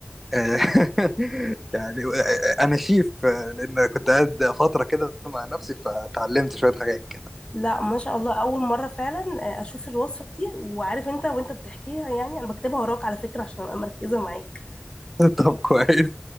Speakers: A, in the centre; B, on the left (about 25°).
A: آه، <laughs> يعني انا شيف آه، لان كنت قاعد فتره كده مع نفسي فتعلمت شويه حاجات كده
B: لا ما شاء الله اول مره فعلا آه، اشوف الوصفه دي وعارف انت وانت بتحكيها يعني انا بكتبها وراك على فكره عشان ابقى مركزه معاك
A: <laughs> طب كويس